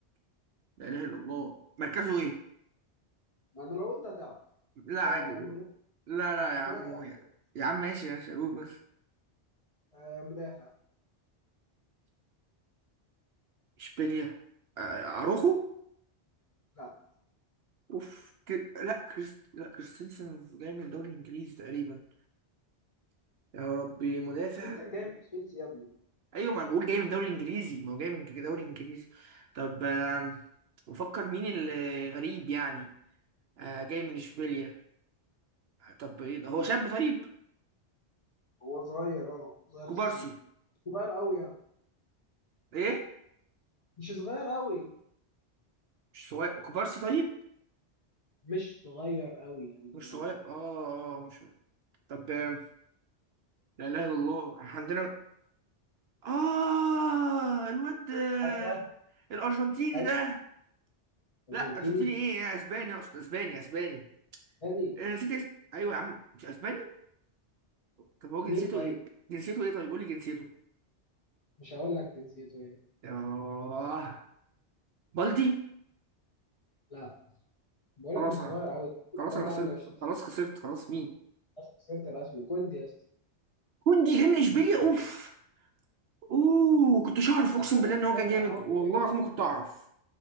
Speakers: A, on the right; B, on the left.
A: لا اله الا الله مركزه ايه
B: ما انا لو قلت هتعرف
A: لا
B: فمن
A: عادي قول
B: غير
A: لا لا يا عم
B: أنت كده كده
A: قول
B: خسرت.
A: يا عم يا عم ماشي ماشي قول بس
B: آه مدافع
A: اشبيليا آه، اروخو
B: لا
A: اوف كر... لا كريست لا كريستنسن جاي من الدوري الانجليزي تقريبا يا ربي مدافع
B: انت جاي من تشيلسي يا ابني
A: ايوه ما أنا بقول جاي من دوري انجليزي ما هو جاي من دوري انجليزي طب آم، بفكر مين اللي غريب يعني آه، جاي من اشبيليا طب ايه ده هو شاب طيب
B: هو صغير اه صغير
A: كوبارسي
B: في السن صغير قوي يعني
A: ايه
B: مش صغير قوي
A: مش صغير كوبارسي طيب
B: مش صغير قوي يعني
A: مش صغير
B: هو
A: اه اه مش طب آم، لا اله الا الله إحنا عندنا اه الواد آه،
B: ايوه
A: الارجنتيني
B: ايوه
A: ده
B: ارجنتيني
A: لا ارجنتيني ايه إيه، اسباني اقصد اسباني اسباني
B: تاني
A: آه، نسيت اس- ايوه يا عم مش اسباني طب هو جنسيته
B: مين طيب
A: ايه جنسيته ايه طيب قول لي جنسيته
B: مش هقول لك جنسيته ايه
A: ياه بالدي
B: لا بقول لك
A: خلاص
B: مش
A: انا
B: صغير قوي
A: خلاص
B: البال
A: انا
B: ده
A: خسرت
B: عنده 20 سنه
A: خلاص خسرت خلاص مين
B: بس خسرت رسمي كوندي يا اسطى
A: كوندي جاي من اشبيليا اوف اوه كنتش اعرف اقسم
B: أنا اقول
A: بالله
B: لك
A: ان هو
B: مدافع
A: كان جامد
B: ما هو
A: والله
B: جزء ايه
A: العظيم ما كنت اعرف